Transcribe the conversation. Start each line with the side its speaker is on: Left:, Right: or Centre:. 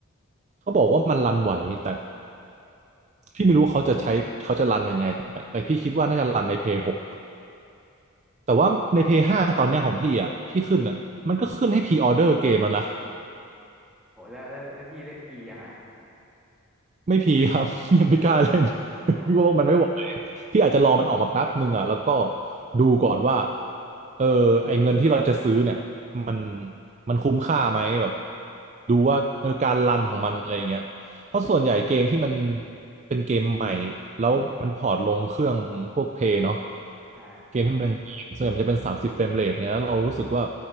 Right: เขาบอกว่ามันรันไหวแต่พี่ไม่รู้เขาจะใช้เขาจะรันยังไงแต่แต่พี่คิดว่าน่าจะรันในเพย์หกแต่ว่าในเพย์ห้าตอนเนี้ยของพี่อ่ะพี่ขึ้นอ่ะมันก็ขึ้นให้พ r ีออเดอร์เกมแล้วนะ
Centre: โอ้แล้วแล้วแล้วพี่เล่นพียังอ่ะ
Right: ไม่พีครับ <laughs> ยังไม่กล้าเล่น <laughs>
Centre: อ๋อ
Right: พี่ว่ามันไม่ไหวพี่อาจจะรอมันออกมาแป๊บหนึ่งอ่ะแล้วก็ดูก่อนว่าเออไอเงินที่เราจะซื้อเนี่ยมันมันคุ้มค่าไหมแบบดูว่าเออการรันของมันอะไรอย่างเงี้ยเพราะส่วนใหญ่เกมที่มันเป็นเกมใหม่แล้วมันพอร์ตลงเครื่องพวกเพย์เนาะ
Centre: ใช่
Right: เกมที่มันส่วนใหญ่มันจะเป็นสามสิบเฟรมเรทไงแล้วเรารู้สึกว่า